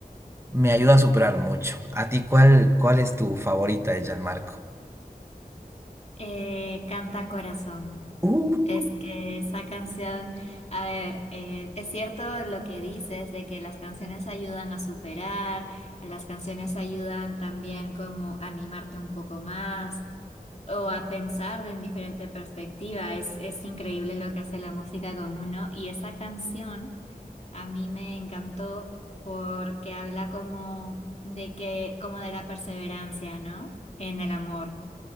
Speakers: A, on the right; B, on the left.
A: me ayuda a superar mucho. ¿A ti cuál, cuál es tu favorita de Gianmarco?
B: Eh, Canta Corazón.
A: Uh,
B: Es que esa canción, a ver, eh, es cierto lo que dices de que las canciones ayudan a superar, las canciones ayudan también como a animarte un poco más, o a pensar de en diferente perspectiva. Es, es increíble lo que hace la música con uno. Y esa canción a mí me encantó porque habla como de que, como de la perseverancia, ¿no? En el amor.